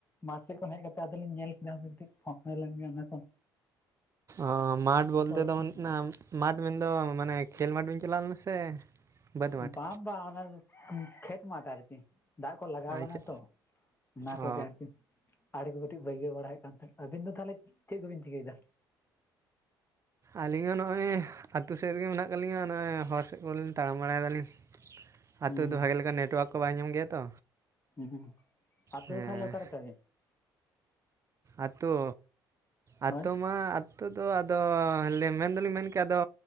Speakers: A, on the left; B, on the right.
A: ᱢᱟᱴᱷ ᱥᱮᱜ ᱠᱷᱚᱱ ᱦᱮᱡ ᱠᱟᱛᱮ ᱟᱫᱚ ᱞᱤᱧ ᱧᱮᱞ ᱠᱮᱫᱟ ᱦᱟᱯᱮ ᱠᱟᱹᱴᱤᱡ ᱯᱷᱳᱱ ᱞᱮᱱᱜᱮ ᱚᱱᱮᱠᱚ᱾
B: ᱚᱸ ᱢᱟᱴᱷ ᱵᱚᱞᱛᱮ
A: ᱦᱩᱭᱩᱜ
B: ᱫᱚ
A: ᱠᱟᱱ
B: ᱚᱱᱟ ᱢᱟᱴᱷ ᱢᱮᱱᱫᱚ ᱢᱟᱱᱮ ᱠᱷᱮᱞ ᱢᱟᱴᱷ ᱵᱤᱱ ᱪᱟᱞᱟᱣ ᱞᱮᱱᱟ ᱥᱮ ᱵᱟᱹᱫᱽ ᱢᱟᱴᱷ
A: ᱵᱟᱸ ᱵᱟᱸ ᱚᱱᱟ ᱠᱷᱮᱛ ᱢᱟᱴᱷ ᱟᱨᱠᱤ᱾ ᱫᱟᱜ ᱠᱚ ᱞᱟᱜᱟᱣ
B: ᱟᱪᱪᱷᱟ
A: ᱠᱟᱱᱟ ᱛᱚ ᱚᱱᱟ ᱠᱚᱜᱮ
B: ᱚ
A: ᱟᱨᱠᱤ᱾ ᱟᱲᱮ ᱠᱚ ᱠᱟᱹᱴᱤᱡ ᱵᱟᱹᱭᱜᱟᱹᱣ ᱵᱟᱲᱟ ᱦᱳᱭᱳᱜ ᱠᱟᱱ ᱛᱟᱦᱮᱸᱫ᱾ ᱟᱹᱵᱤᱱ ᱫᱚ ᱛᱟᱦᱞᱮ ᱪᱮᱫ ᱠᱚᱵᱤᱱ ᱪᱤᱠᱟᱹᱭᱫᱟ?
B: ᱟᱹᱞᱤᱧ ᱦᱚᱸ ᱱᱚᱜ ᱚᱭ ᱟᱛᱳ ᱥᱮᱜ ᱨᱤᱜᱤ ᱢᱮᱱᱟᱜ ᱠᱟᱜ ᱞᱤᱧᱟ ᱱᱚᱜᱼᱚᱭ ᱦᱚᱨ ᱥᱮᱫ ᱠᱚᱨᱮᱞᱤᱧ ᱛᱟᱲᱟᱢ ᱵᱟᱲᱟᱭ ᱫᱟᱞᱤᱧ᱾ ᱟᱛᱳᱫᱚ
A: ᱦᱩᱸ
B: ᱵᱷᱟᱜᱮ ᱞᱮᱠᱟ ᱱᱮᱴᱳᱣᱟᱨᱠ ᱠᱚ ᱵᱟᱭ ᱧᱟᱢ ᱜᱮᱭᱟ ᱛᱚ᱾
A: ᱦᱩᱸ ᱟᱛᱳ
B: ᱦᱮᱸ
A: ᱫᱚ ᱛᱟᱦᱞᱮ ᱚᱠᱟ ᱨᱮᱛᱟ ᱵᱤᱱ?
B: ᱟᱛᱳ ᱟᱛᱳ
A: ᱦᱳᱭ
B: ᱢᱟ ᱟᱛᱳ ᱫᱚ ᱟᱫᱚ ᱢᱮᱱᱫᱚᱞᱤᱧ ᱢᱮᱱ ᱠᱮᱭᱟ ᱟᱫᱚ